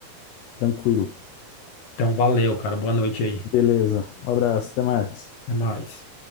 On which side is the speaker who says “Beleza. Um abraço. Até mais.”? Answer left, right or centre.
Left